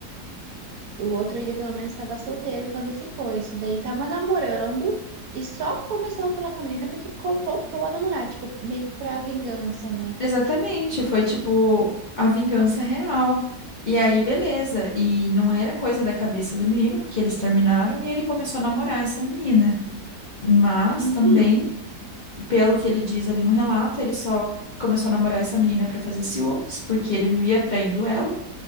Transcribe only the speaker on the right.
O outro ainda pelo menos estava solteiro quando ficou. Esse daí tava namorando e só começou a falar com a menina porque co- voltou a namorar, tipo, meio que pra vingança, né?
Uhum,